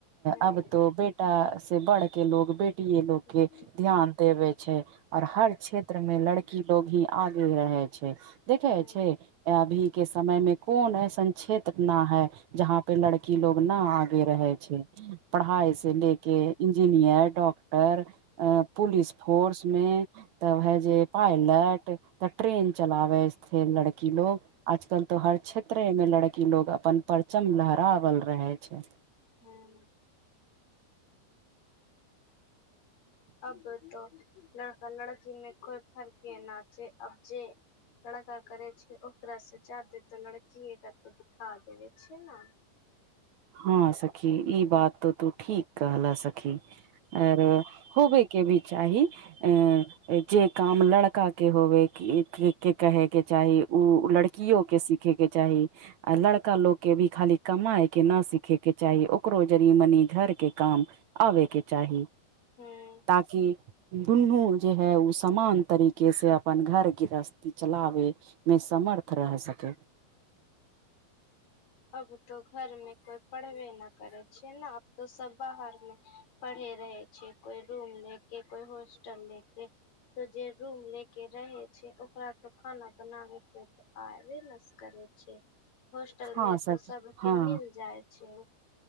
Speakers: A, on the left; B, on the right.
A: हूं
B: आब तो बेटा से बढ़ के लोग बे टीये लोग
A: बेटी
B: के ध्यान देवे छैय और हर क्षेत्र में लड़ की लोग ही आगे रहे छैय देखे
A: हूं
B: छैय अभी के समय मे कोन ऐसन क्षेत्र न है जहाँ पे लड़की लोग न आगे रहे छैय। पढ़ाई से लेके इंजीनियर डॉक्टर अ पुलिस फोर्स मे तब है जे पायलट तऽ ट्रेन चलावै <unintelligible> लड़की लोग अजकल तो हर क्षे त्रे में लड़की लोग अपन परचम लहरावल रहे छैय।
A: हँ अब त लड़का लड़की में कोइ फरके ना छैय अबजे लड़का करे छैय ओकरा से जादे त लड़कीए करके दिखा देबे छैय ने।
B: हँ सखी ई बात तऽ तू ठीक कहल सखी आर होबेके भी चाही अ जे काम लड़का के होबे के कहे के चाही ओ लड़की कीयो के सीखे के चाही आ लड़का लोग के भी खाली कमाय के न सीखे के चाही ओकरो जरी मनी घर के काम आबे के चाही
A: हूँ
B: ताकि दुन्नू जे हय ओ समान तरीके से अपन घर गृहस्थी चलाबे मे समर्थ रह सकै
A: अब तो घरमे कोइ पढ़बे न करै छै ने अब तो सब बाहरमे पढ़े रहे छै कोइ रूम ले के कोइ होस्टल ले के तो जे रूम ले के रहे छै ओकरा तो खाना बनाबे के आबे नस करे छै होस्टल
B: हँ
A: में
B: सखी
A: तो सब के
B: हँ
A: मिल जाय छै